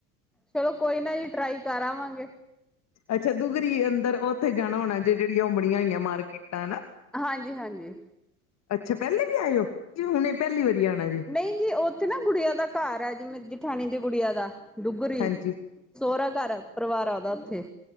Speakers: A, in the centre; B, on the left (about 40°).
A: ਚਲੋ ਕੋਈ ਨਾ ਜੀ ਟਰਾਈ ਕਰ ਆਵਾਂਗੇ।
B: ਅੱਛਾ। ਦੁੱਗਰੀ ਅੰਦਰ ਉਥੇ ਜਾਣਾ ਹੋਣੈ ਜੇ ਜੇਹੜੀਆਂ ਉਹ ਬਣੀਆਂ ਹੋਈਐ ਮਾਰਕੀਟਾਂ ਹਨਾ।
A: ਹਾਂਜੀ- ਹਾਂਜੀ।
B: ਅੱਛਾ। ਪਹਲੇ ਵੀ ਆਏਓ ਕੇ ਹੁਣੇ ਪਹਲੀ ਵਾਰੀ ਆਉਣਾ ਜੇ।
A: ਨਈ ਜੀ, ਔਥੇ ਨਾ ਗੁਡੀਆ ਦਾ ਕਰ ਐ ਜੀ, ਮੇਰੀ ਜਠਾਣੀ ਦੀ ਗੁਡੀਆ ਦਾ। ਡੁੱਗਰੀ,
B: ਹਾਂਜੀ
A: ਸੋਰਾ ਘਰ ਪਰਿਵਾਰ ਐ ਓਦਾ ਉੱਥੇ।